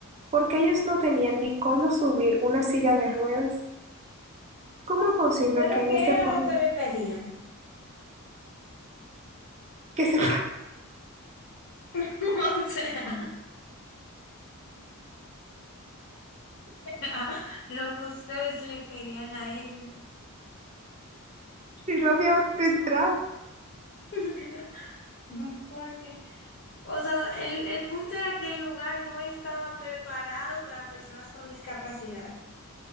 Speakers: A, on the right; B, on the left.
A: porque ellos no tenían ni cómo subir una silla de ruedas. ¿Cómo es posible
B: ¿Pero
A: que en
B: qué
A: este
B: era
A: país
B: lo que le pedían?
A: que se
B: <laughs> O sea, <laughs> lo que ustedes le pedían a ellos.
A: Si no había otra entrada,
B: <laughs> Porque, o sea, el, el punto era que el lugar no estaba preparado para personas con discapacidad.